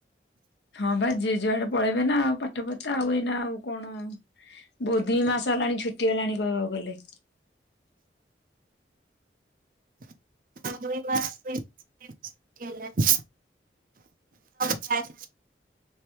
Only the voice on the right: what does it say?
ଦୁଇ ମାସ୍ <unintelligible> ହେଲାଣି। ତ